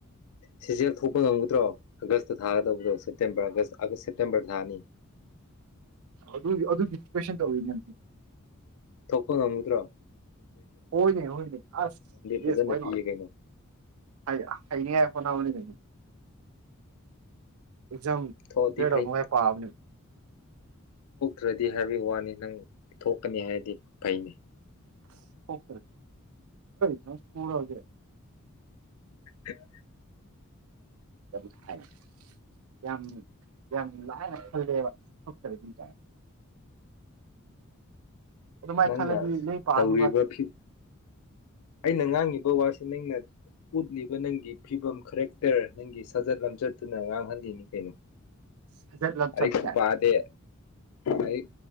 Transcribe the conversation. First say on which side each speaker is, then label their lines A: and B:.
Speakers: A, on the left (about 85°); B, on the right (about 75°).
A: ꯁꯤ ꯖꯤ ꯂ ꯊꯣꯛꯄ ꯉꯝꯒꯗ꯭ꯔꯣ ꯑ ꯊꯥꯒ ꯇꯧꯕꯗꯣꯁꯦ ꯁꯦꯇꯦꯝꯔꯒ ꯁꯦꯞꯇꯦꯝꯕꯔꯗꯅꯤ
B: ꯑꯗꯨ ꯑꯗꯨꯒꯤ ꯄꯦꯁꯟ ꯇꯧꯔꯤꯅꯦ
A: ꯊꯛꯄ ꯉꯃꯨꯗ꯭ꯔꯥ
B: ꯍꯅꯦ ꯍꯅꯦ ꯑꯁ ꯌꯦꯁ
A: ꯐꯖꯅ
B: ꯍꯅ
A: ꯄꯤꯌꯦ ꯀꯩꯅꯣ
B: ꯍ ꯍꯥꯏꯅꯤ ꯈꯨꯅꯕꯅꯤ ꯑꯦꯖꯝ
A: ꯊꯣꯛꯑꯗꯤ
B: ꯄꯦꯔꯣ
A: ꯐꯩ
B: ꯃꯦ ꯄꯥꯕꯅꯦ
A: ꯔ꯭ꯔꯗꯤ ꯍꯥꯏꯕꯒꯤ ꯋꯥꯅꯤ ꯅꯪ ꯊꯣꯛꯀꯅꯤ ꯍꯥꯏꯕꯗꯤ ꯐꯩꯅꯤ
B: ꯍ ꯍꯣꯏ ꯀꯀꯨꯜꯖꯦ
A: <unintelligible>
B: ꯌꯥꯝ ꯍꯥꯏ ꯌꯥꯝ ꯌꯥꯝ ꯂꯥꯏꯅ ꯈꯜꯂꯦꯕ ꯊꯣꯛꯇꯕ ꯑꯗꯨꯝ ꯑꯗꯨꯃꯥꯏꯅ
A: ꯅꯪꯅ
B: ꯈꯜꯂꯗꯤ ꯂꯥꯏꯔꯤꯛ ꯄꯥꯅꯨꯕ
A: ꯇꯧꯔꯤꯕ ꯐꯤ ꯑꯩꯅ ꯉꯥꯡꯉꯤꯕ ꯋꯥꯁꯦ ꯅꯪꯅ ꯎꯠꯂꯤꯕ ꯅꯪꯒꯤ ꯐꯤꯕꯝ ꯈꯔꯦꯛꯇꯔ ꯅꯪꯒꯤ ꯁꯥꯖꯠ ꯂꯝꯆꯠꯇꯨꯅ ꯉꯥꯡꯍꯜꯂꯤꯅꯤ ꯀꯩꯅꯣ
B: ꯍꯖ ꯂ
A: ꯂꯥꯏꯔꯤꯛꯁꯨ
B: ꯆꯠ ꯀꯥꯏ
A: ꯄꯥꯗꯦ ꯂꯥꯏꯔꯤꯛ